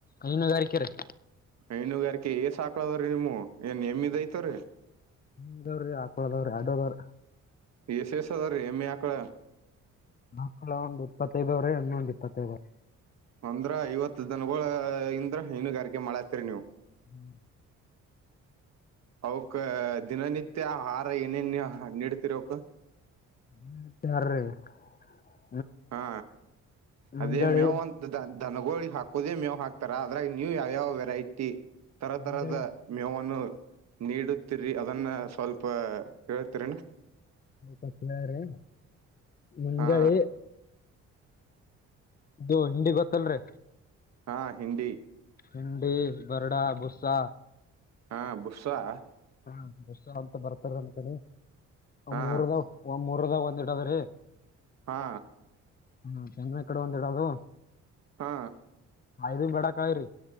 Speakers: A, on the left (about 30°); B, on the right (about 60°).
A: ಹೈನುಗಾರಕೆ ರಿ.
B: ಹೈನುಗಾರಿಕೆ ಏಸಾಕ್ಳದ್ರೀ ನಿಮ ಏನ್ ಎಮ್ಮಿದ್ ಐತವ ರೀ.
A: ಹದಾವ್ರೀ ಹಾಕೊದಾವ್ರಿ ಆಡೋದಾವ್ರಿ.
B: ಎಸ್ ಎಸ ಅದ ರೀ ಎಮ್ಮಿ ಆಕಳ.
A: ಆಕ್ಕಳ ಒಂದು ಇಪ್ಪತ್ತೈದವ್ರೆ ಎಮ್ಮಿ ಒಂದು ಇಪ್ಪತ್ತೈದು ರಿ.
B: ಅಂದ್ರ ಐವತ್ತು ದಿನಗಳ ಇಂದ್ರ ಹೈನುಗಾರಿಕೆ ಮಳತಿರಿ ನೀವು.
A: <inaudible>
B: ಅವಕ್ ದಿನನಿತ್ಯ ಆಹಾರ ಏನೇನ್ ನೀಡ್ತಿರ ಅವಕ್.
A: <unintelligible>
B: ಹಾ ಅದೇ
A: ಮುಂಜಾಳಿ
B: ಮೇವ್ ಅಂತ ದ ದನಗೋಳ ಹಾಕೋದೇ ಮೇವ್ ಹಾಕ್ ಅದ್ರಾಗ ನೀವು ಯಾವವ ವೆರೈಟಿ. ತರ ತರದ
A: ಮುಂಜಾಳಿ
B: ಮೇವನ್ನು ನೀಡುತ್ತಿರಿ. ಅದನ್ನ ಸ್ವಲ್ಪ ಹೇಳ್ತಿರೇನು.
A: ನಪ್ಪತ್ತೇಳ್ರ ಮುಂಜಲಿ.
B: ಹಾ
A: ಇದು ಹಿಂದಿ ಗೊತ್ತಲ್ರರಿ.
B: ಹಾಂ ಹಿಂದಿ.
A: ಭಿಂಡಿ ಬರ್ಡಾ ಬುಸ್ಸಾ.
B: ಹಾ ಬುಸಾ ಆ.
A: ಹಾ ದಸ ಅಂತ ಬರ್ತಾರ ನಮ್ ಕಡೆ
B: ಹಾ
A: ಮೂರ್ದಾಗ ಒಂದ್ ಮೂರ್ದಾಗ ಒಂದ್ಡದ್ರೀ.
B: ಹಾ.
A: ಹ್ಮ ಚಂದ ಕಡೆ ಒಂದಿಡದು.
B: ಹಾ.
A: ಹದು ಬೇಡಕ್ ಆಗ್ರಿ